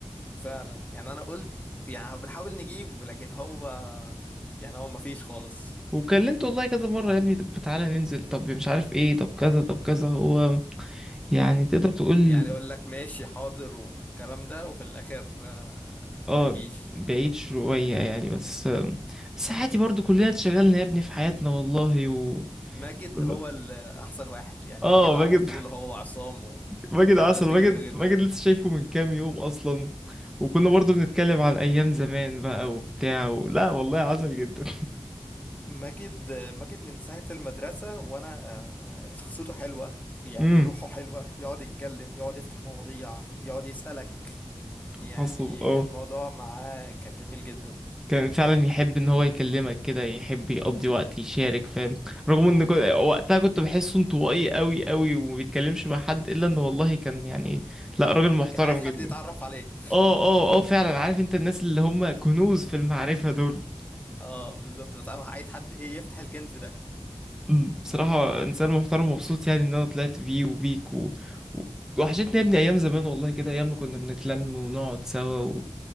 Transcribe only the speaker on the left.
فعلا يعني أنا قلت يعني بنحاول نجيبه لكن هو يعني هو ما فيش خالص
يعني يقول لك ماشي حاضر والكلام ده وفي الآخر آه،
ما يجيش
ماجد
هو الأحسن واحد يعني
ماجد
على طول هو عصام
والناس
دي
جميلة جدا
ماجد ماجد من ساعة المدرسة وأنا آه، شخصيته حلوة يعني
روحه حلوة يقعد يتكلم يقعد يفتح مواضيع يقعد يسألك يعني
الموضوع معاه كان جميل جدا
كان عايز حد
يتعرف عليه
اه بالظبط بس أنا عايز حد ايه يفتح الكنز ده